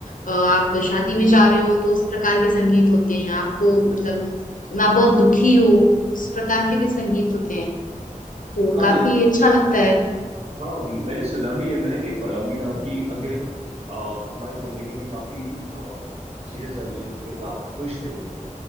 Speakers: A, on the left; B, on the right.
A: अ, आप शादी में जा रहे हो तो उस प्रकार के संगीत होते हैं आपको मतलब आप बहुत दुखी हो उस प्रकार के भी संगीत होते हैं तो
B: हाँ
A: काफी
B: मैं
A: अच्छा लगता है
B: हाँ मैंने सुना भी है मैंने कहीं पढ़ा भी था कि अगर अ, तुम्हारी जिंदगी में काफी अ, चीजें चल रही हैं जिसकी वजह से आप खुश नहीं हो